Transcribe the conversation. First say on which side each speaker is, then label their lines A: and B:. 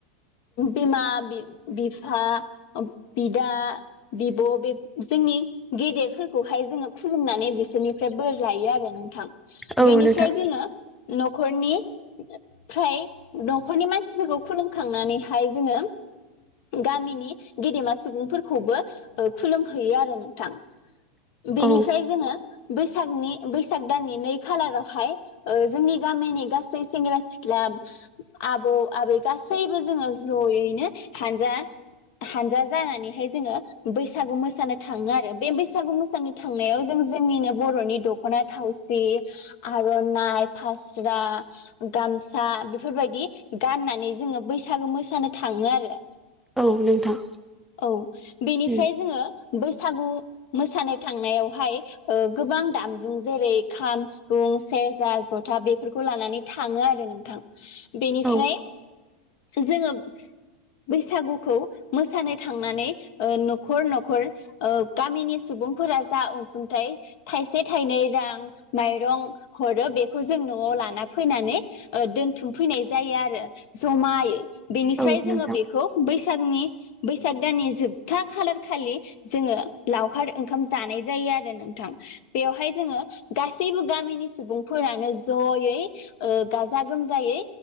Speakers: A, on the left; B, in the centre.
A: बिमा बि बिफा ओब बिदा बिब' बिब जोंनि गेदेरफोरखौहाय जोङो खुलुमनानै बिसोरनिफ्राय बोर लायो आरो नोंथां।
B: औ
A: बेनिफ्राय
B: नोंथां
A: जोङो न'खरनि फ्राय न'खरनि मानसिफोरखौ खुलुमखांनानैहाय जोंङो गामिनि गेदेमा सुबुंफोरखौबो ओ खुलुम हैयो आरो नोंथां। बेनिफ्राय
B: औ
A: जोङो बैसागनि बैसाग दाननि नै खालारावहाय ओ जोंनि गामिनि गासै सेंग्रा सिख्ला आब आबौ आबै गासैबो जोङो जयैनो हानजा हानजा जानानैहाय जोङो बैसागु मोसा मोसानो थाङो आरो बे बैसागु मोसानो थांनायाव जों जोंनिनो बर'नि दख'ना थावसि आर'नाइ फास्रा गामसा बेफोरबायदि गाननानै जोङो बैसागु मोसानो थाङो आरो।
B: औ नोंथां
A: औ बेनिफ्राय
B: उम
A: जोङो बैसागु मोसानो थांनायावहाय ओ गोबां दामजु जेरै खाम सिफुं सेरजा जथ था बेफोरखौ लानानै थाङो आरो नोंथां। बेनिफ्राय
B: औ
A: जोङो बैसागुखौ मोसानो थांनानै ओ न'खर न'खर ओ गामिनि सुबुंफोरा जा अनसुंथाइ थाइसे थाइनै रां माइरं हरो बेखौ जों न'आव लाना फैनानै ओ दोन थुमफैनाय जायो आरो जमायै बेनिफ्राय
B: औ
A: जोङो
B: नोंथां
A: बेखौ बैसागनि बैसाग दाननि जोबथा खालार खालि जोंङो लावखार ओंखाम जानाय जायो आरो नोंथां बेयावहाय जोङो गासैबो गामिनि सुबुंफोरानो जयै ओ गाजा गोमजायै